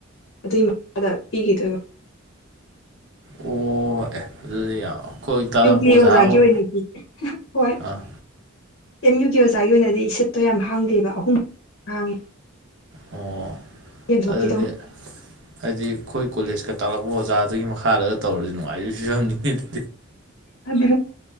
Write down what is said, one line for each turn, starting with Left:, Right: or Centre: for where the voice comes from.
Left: ꯑꯗꯨꯏ ꯃꯈꯥꯗ ꯄꯤꯈꯤꯗꯕ
Right: ꯑꯣ ꯑꯦ ꯑꯗꯨꯗꯤ ꯌꯥꯝ ꯑꯩꯈꯣꯏ ꯇꯥꯛꯂꯛꯄ
Left: ꯌꯨꯚꯤ
Right: ꯑꯣꯖꯥꯒ
Left: ꯑꯣꯖꯥꯒꯤ
Right: ꯑꯣꯏ
Left: ꯑꯣꯏꯅꯗꯤ ꯍꯣꯏ
Right: ꯑꯥ
Left: ꯑꯦꯝ ꯌꯨꯒꯤ ꯑꯣꯖꯥꯒꯤ ꯑꯣꯏꯅꯗꯤ ꯁꯤꯠꯇꯣ ꯌꯥꯝ ꯍꯥꯡꯗꯦꯕ ꯑꯍꯨꯝ ꯍꯥꯡꯉꯦ
Right: ꯑꯣ
Left: ꯌꯦꯟꯊꯣꯛꯈꯤꯗꯧꯅꯦꯕ
Right: ꯑꯗꯨꯗꯤ ꯍꯥꯏꯗꯤ ꯑꯩꯈꯣꯏ ꯀꯣꯂꯦꯖ ꯀꯛꯇ ꯇꯥꯛꯂꯛꯄ ꯑꯣꯖꯥꯗꯨꯒꯤ ꯃꯈꯥꯗꯒ ꯇꯧꯔꯗꯤ ꯅꯨꯡꯉꯥꯏꯔꯤꯕꯕ ꯐꯤꯕꯝꯅꯤ
Left: ꯑꯗꯨ